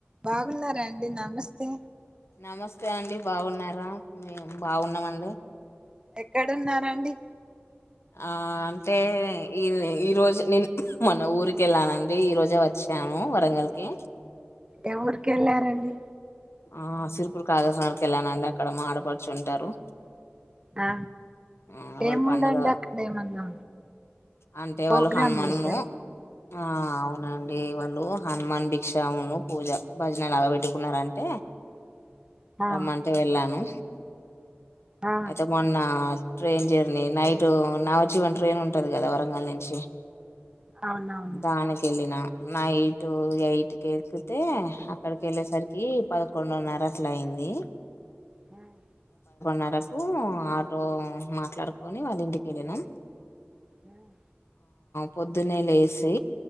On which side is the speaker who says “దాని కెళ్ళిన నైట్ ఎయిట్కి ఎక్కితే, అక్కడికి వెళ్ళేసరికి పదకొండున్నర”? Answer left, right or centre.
Left